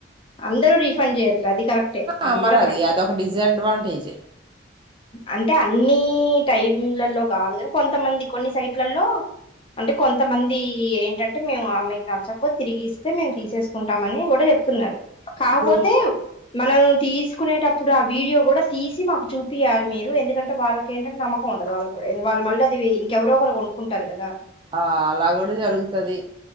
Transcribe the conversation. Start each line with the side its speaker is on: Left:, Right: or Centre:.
Left: అందరూ రీఫండ్ చేయట్ల అది కరెక్టే అది
Right: ఆ మరది
Left: కూడా కరెక్టే
Right: అదొక డిసడ్వాంటేజ్
Left: అంటే అన్నిీ టైంలలో కాదు కాని కొంతమంది కొన్ని సైట్లలో అంటే కొంతమంది ఏంటంటే మేము ఆమెకు నచ్చకపోతే తిరిగి ఇస్తే మేము తీసేసుకుంటామని కూడా చెప్తున్నారు కాకపోతే
Right: ఇప్పుడు
Left: మనం తీసుకునేటప్పుడు ఆ వీడియో కూడా తీసి మాకు చూపియాలి మీరు ఎందుకంటే వాళ్ళక ఏంటంటే నమ్మకం ఉండదు వాళ్ళ కూడా వాళ్ళ మళ్ళీ అది ఇంకెవరో ఒకరు కొనుక్కుంటారు కదా
Right: ఆ అలా కూడా జరుగుతది